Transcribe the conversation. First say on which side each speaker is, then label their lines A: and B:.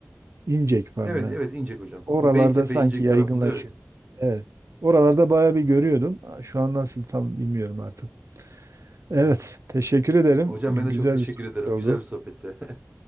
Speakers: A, on the right; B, on the right.
A: İncek pardon.
B: Evet
A: he.
B: evet İncek hocam.
A: Oralarda
B: Bu Beytepe
A: sanki
B: İncek
A: yaygınlaşıyor.
B: tarafında evet.
A: Evet. Oralarda bayağı bir görüyordum. Şu an nasıl tam bilmiyorum artık.
B: Yani
A: Evet, teşekkür ederim.
B: hocam
A: Güzel
B: ben de çok teşekkür
A: bir sohbet
B: ederim. Güzel
A: oldu.
B: bir sohbette. <laughs>